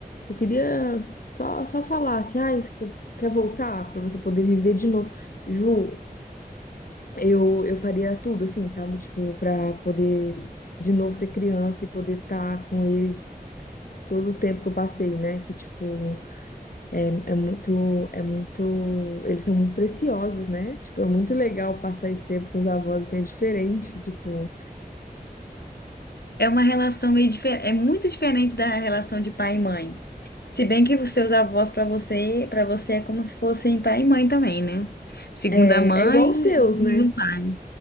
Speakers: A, on the left (about 65°); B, on the left (about 85°).
A: eu queria só só falar assim, ah, isso que eu- quer voltar pra você poder viver de novo. Ju, eu eu faria tudo assim, sabe? Tipo, pra poder de novo ser criança e poder estar com eles todo o tempo que eu passei, né? Que tipo É muito, é muito, eles são muito preciosos, né? Tipo, é muito legal passar esse tempo com os avós, assim, é diferente, tipo,
B: É uma relação meio diferente, é muito diferente da relação de pai e mãe. Se bem que os seus avós para você, para você é como se fossem pai e mãe também, né? Segunda
A: é,
B: mãe
A: é igual os seus,
B: e
A: né?
B: um pai.